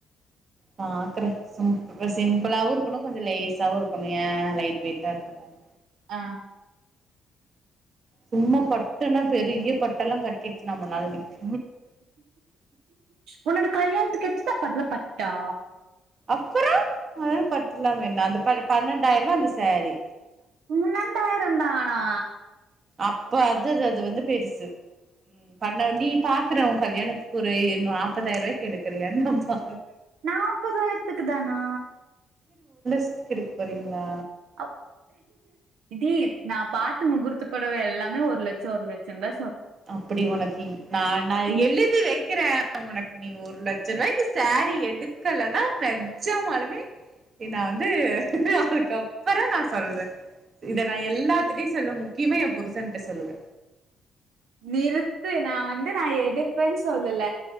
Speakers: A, on the right (about 50°); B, on the right (about 85°).
A: பாக்றே சிம் சிம்பிளாவு இருக்கணு கொஞ்ச லேசாவு இருக்கணு ஏ லைட் வெயிட்டா இருக்க மாரி
B: ஆ
A: சும்மா பட்டுனா பெரிய பட்டெல்லா கட்டிட்டு நம்மனால் நிக்
B: உன்னொட கல்யாணத்துக் கெடச்சுதா அப்ப அதல்லா பட்டா
A: அப்புறொ அதுல்ல பட்டுல்லாம என்ன அந்த பர் பன்னெண்டாயருவா அந்த சேரீ
B: பன்னெண்டாய ரந்தானா
A: அப்ப அதுது அது வந்து பெருசு ம் பண்ண நீ பாக்குற ஒ கல்யாணத்துக்கு ஒரு எ நாப்பதாயருவாய்க்கு எடுக்குறியான் நா பா
B: நாப்பதாயரத்துக்கு தானா
A: சத்துக் எடுக்க போறீங்ளா
B: அப் டீ நா பாத்த முகூர்த்தப்பொடவ எல்லாமே ஒரு லச்ச ஒரு லச்சந்தா
A: அப்பிடி ஒனக்கி நா நா
B: உன்
A: எழுதி வக்கிறே ஒனக்கு நீ ஒரு லச்ச ருவாய்க்கு சேரீ எடுக்கலன்னா ந ஜமாலுமே எ நா வந்து அதுக்கப் பற நா சொல்றெ இத நா எல்லாத்துட்டயு சொல்வெ முக்கியமா எ புருஷன்ட்ட சொல்லுவெ
B: நிறுத்து நா வந்து நா எடுப்பேன் சொல்லல